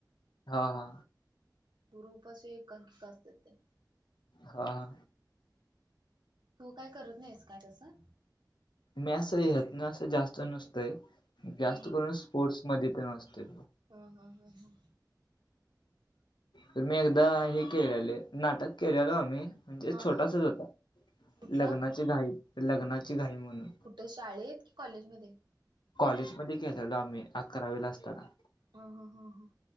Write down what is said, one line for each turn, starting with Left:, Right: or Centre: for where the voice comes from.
Left: हा हा.
Right: गुरुपशी एकांकिका असते ते.
Left: हाहा.
Right: तू काय करत नाहीस काय तसं?
Left: मॅस ना अस जास्त नसतंय जास्त
Right: ह
Left: करून स्पोर्टस मध्ये तेन असतोय.
Right: अहं हम्म हम्म.
Left: तर मी एकदा हे केलेले, नाटक केलेलो आम्ही. म्हणजे
Right: हा
Left: छोटासाच
Right: हा
Left: होता,
Right: कुठला?
Left: लग्नाची घाई लग्नाची घाई म्हणून.
Right: कुठं शाळेत की कॉलेजमध्ये?
Left: कॉलेजमध्ये केलेलो आम्ही अकरावीला असताना.
Right: ह ह ह